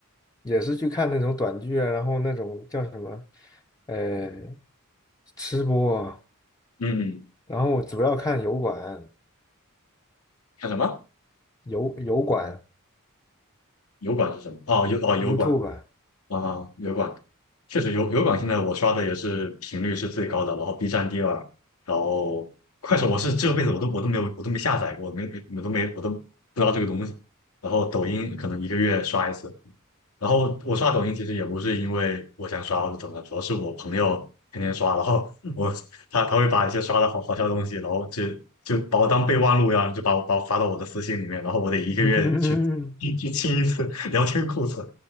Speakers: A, on the left; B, on the left.
A: 也是去看那种短剧啊，然后那种叫什么，呃，吃播啊
B: 嗯，嗯
A: 然后我主要看油管、
B: 看什么？
A: 油油管、
B: 油管是什么？哦，油哦，油管。
A: YouTube
B: 啊，油管确实油油管现在我刷的也是频率是最高的，然后 B 站第二，然后快手我是这辈子我都我都没有我都没下载过，没没我都没我都不知道这个东西，然后抖音可能一个月刷一次，然后我刷抖音其实也不是因为我想刷或者怎么样，主要是我朋友天天刷，然后我他他会把一些刷的好好笑的东西，然后就就把我当备忘录一样，就把我把我发到我的私信里面，然后我得一个月去去去清一次
A: <laughs>
B: <laughs> 聊天库存，